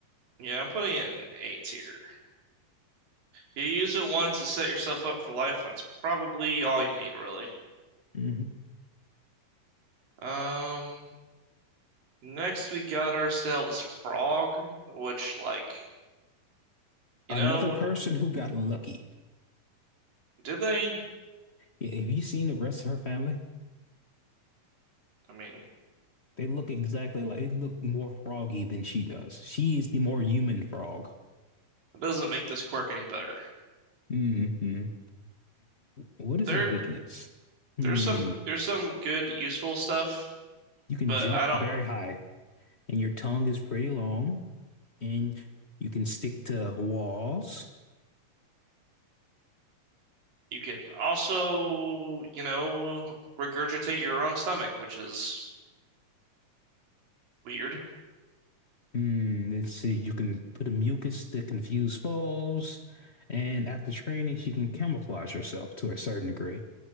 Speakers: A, on the right (about 85°); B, on the left (about 55°).
A: yeah, I'm putting it in A tier. You use it once to set yourself up for life, and that's probably all you need, really.
B: Mhm.
A: Um. Next, we got ourselves Frog, which, like, you
B: Another
A: know,
B: person who got lucky.
A: did they?
B: Yeah, Have you seen the rest of her family?
A: I mean,
B: They look exactly like they look more froggy than she does. She is the more human frog.
A: it doesn't make this quirk any better.
B: hmm What is
A: There,
B: his weakness? Hmm.
A: there's some, there's some good, useful stuff,
B: You can
A: but
B: jump
A: I don't.
B: very high, and your tongue is pretty long. and you can stick to walls.
A: You can also, you know, regurgitate your own stomach, which is weird.
B: Hmm, let's see. You can put a mucus to confuse foes, and after training, she can camouflage herself to a certain degree.